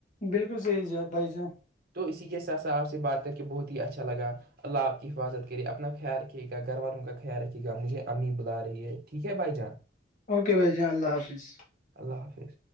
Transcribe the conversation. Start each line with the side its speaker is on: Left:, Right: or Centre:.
Left: بالکل صحیح بھائی جان
Right: تو اسی کے ساتھ س آپ سے بات کر کے بہت ہی اچھا لگا اللہ آپ کی حفاظت کر اپنا خیال رکھیے گا گھر والوں کا خیال رکے گا مجھے امی بلا رہی ہے ٹھیک ہے بھائی جان
Left: اوکے بھائی جی اللہ حافظ
Right: اللہ حافظ